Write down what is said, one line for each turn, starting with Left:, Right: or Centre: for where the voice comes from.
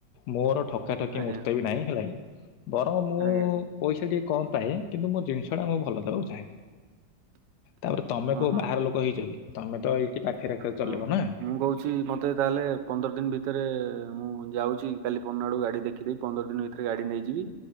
Left: ମୋର ଠକ୍ ଠକା ଠକି
Right: ଆଜ୍ଞା
Left: ମୂର୍ତେ ବି ନାହିଁ ହେଲା କି ବରଂ ମୁଁ
Right: ଆଜ୍ଞା
Left: ପଇସା ଟିକେ କମ ପାଏ କିନ୍ତୁ ମୋ ଜିନିଷଟା ମୁଁ ଭଲ ଦବାକୁ ଚାହେଁ। ତାପରେ ତମେ
Right: ହଁ
Left: କୋଉ
Right: ହଁ
Left: ବାହାର ଲୋକ ହେଇଚ କି ତମେ ତ ଏଇଠି ପାଖେରେ ଆଖେରେ
Right: ହଁ
Left: ଚଲେଇବ ନା?
Right: ମୁଁ କହୁଛି ମତେ ତାହେଲେ ପନ୍ଦର ଦିନ ଭିତରେ ମୁଁ ଯାଉ ଚି, କାଲି ପଅରଦିନ ଆଡୁକୁ ଗାଡି ଦେଖି ଦେଇକି ପନ୍ଦର ଦିନ ଭିତରେ ଗାଡି ନେଇଯିବି